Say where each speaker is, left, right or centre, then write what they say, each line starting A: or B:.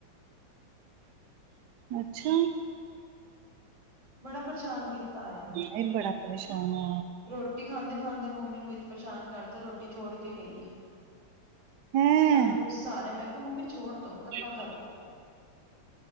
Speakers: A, on the right; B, on the right.
A: ਅੱਛਾ
B: ਬੜਾ, ਪਰੇਸ਼ਾਨ ਕੀਤਾ ਹੋਇਆ ਵੇ
A: ਐ ਵੀ ਬੜਾ, ਪਰੇਸ਼ਾਨ ਆ
B: ਰੋਟੀ ਖਾਂਦੇ- ਖਾਂਦੇ ਮੰਮੀ ਨੂੰ ਵਿੱਚ, ਪਰੇਸ਼ਾਨ ਕਰਤਾ ਰੋਟੀ ਛੋੜ ਕੇ ਗਈ ਏ
A: ਹੈਂ
B: ਮੰਮੀ ਨੂੰ ਗੁੱਸਾ ਆ ਰਿਹਾ, ਮੈਂ ਕਿਹਾ ਮੰਮੀ ਛੋੜ ਦੋ ਦਫ਼ਾ
A: ਹਾਂ
B: ਕਰੋ